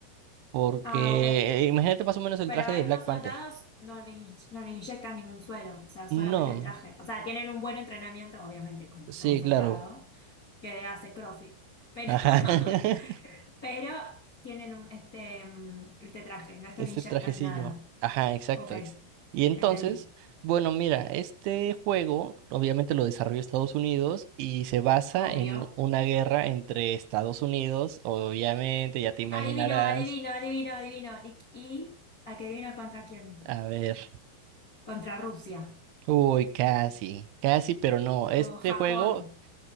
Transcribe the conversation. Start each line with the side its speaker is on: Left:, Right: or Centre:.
Right: porque
Left: Ah, ok.
Right: eh, imagínate más o menos el
Left: Pero
Right: traje
Left: a
Right: de
Left: estos
Right: Black Panther.
Left: soldados no le, in- no le inyectan ningún suero, o sea, solamente
Right: No,
Left: el traje. O sea, tienen un buen entrenamiento, obviamente, como
Right: sí,
Left: todo soldado,
Right: claro.
Left: que hace CrossFit. Pero,
Right: Ajá.
Left: <laughs>
Right: <laughs>
Left: pero tienen un, este, mm, este traje, no es
Right: Ese
Left: que le inyectan
Right: trajecillo.
Left: nada.
Right: Ajá, exacto.
Left: Ok,
Right: ex- Y entonces,
Left: entendí.
Right: bueno, mira, este juego obviamente lo desarrolló Estados Unidos y se basa
Left: Obvio.
Right: en una guerra entre Estados Unidos, obviamente, ya te imaginarás.
Left: Adivino, adivino, adivino, adivino. ¿Y, y a qué adivino contra quién?
Right: A ver.
Left: Contra Rusia,
Right: Uy, casi, casi, pero no. Este
Left: o Japón,
Right: juego,